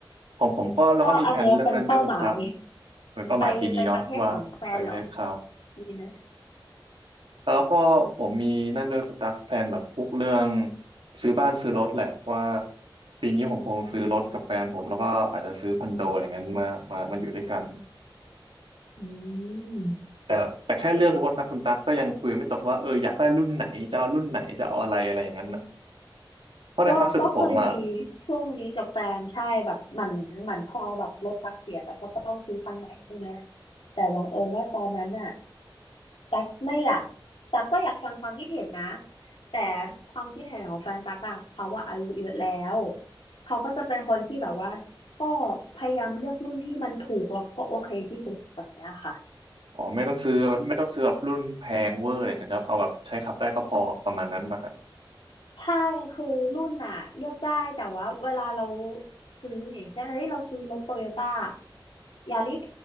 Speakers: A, on the right; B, on the left.
A: ของผมก็เราก็มีแผนเรื่องนั้นด้วยคุณตั๊ก
B: ก็อันเนี้ยเป็นเป้าหมาย
A: เหมือนเป้าหมายปีนี้เนาะว่าไปประเทศเขา
B: ไปไปประเทศของแฟนเหรอ มีนะ
A: แล้วก็ผมมีนั่นด้วยคุณตั๊กแผนแบบพวกเรื่องซื้อบ้านซื้อรถแหละว่าปีนี้ผมคงซื้อรถกับแฟนผมแล้วก็อาจจะซื้อคอนโดอะไรเงี้ยมามามาอยู่ด้วยกัน
B: อืม
A: แต่แต่แค่เรื่องรถนะคุณตั๊กก็ยังคุยไม่ตกว่าเอออยากได้รุ่นไหนจะเอารุ่นไหนจะเอาอะไรอะไรอย่างนั้นนะเพราะในความรู้สึกผมอ่ะ
B: ก็ก็เคยมีช่วงนี้กับแฟนใช่แบบเหมือนเหมือนพอแบบรถตักเสียแต่ก็ต้องซื้อคันใหม่ใช่ไหมแต่บังเอิญว่าตอนนั้นน่ะตักไม่อยากตักก็อยากฟังความคิดเห็นนะแต่ความคิดเห็นของแฟนตักอะเขาว่าอายุเยอะแล้วเขาก็จะเป็นคนที่แบบว่าก็พยายามเลือกรุ่นที่มันถูกแล้วก็โอเคที่สุดแบบเนี้ยค่ะ
A: อ๋อไม่ต้องซื้อไม่ต้องซื้อแบบรุ่นแพงเวอร์อะไรอย่างเงี้ยครับเอาแบบใช้ขับได้ก็พอประมาณนั้นมาฮะ
B: ใช่คือรุ่นน่ะเลือกได้แต่ว่าเวลาเราซื้ออย่างเช่นเฮ้ยเราซื้อรถโตโยต้ายาริส